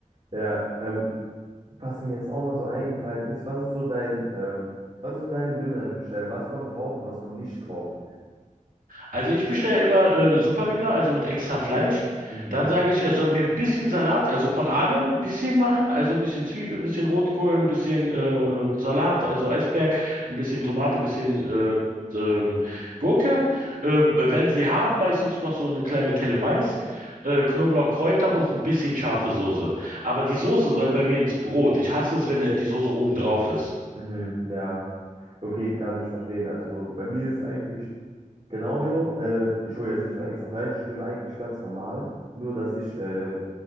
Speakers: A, on the right (about 50°); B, on the right (about 85°).
A: Ja. Ähm, Was mir jetzt auch mal so eingefallen ist, was ist so dein, ähm, was ist so deine Dönerbestellung? Was kommt drauf und was kommt nicht drauf?
B: Also ich bestelle immer äh, einen Superdöner, also mit extra Fleisch.
A: Mhm,
B: Dann sage ich, er soll mir ein bisschen Salat, also von allem ein bisschen machen, also ein bisschen Zwiebel, ein bisschen Rotkohl, ein bisschen äh, äh, Salat, also Eisberg, ein bisschen Tomate, ein bisschen äh, ähm, Gurke. Äh, wenn sie haben, meistens noch so eine kleine Kelle Mais, äh, Knoblauch, Kräuter und ein bisschen scharfe Soße. Aber die Soße soll bei mir ins Brot. Ich hasse es, wenn die Soße oben drauf ist.
A: mhm, ja, okay, kann ich verstehen. Also bei mir ist es eigentlich genauso. Äh, ich hole jetzt nicht nur extra Fleisch, ich nehme eigentlich ganz normal. Nur, dass ich, äh, äh,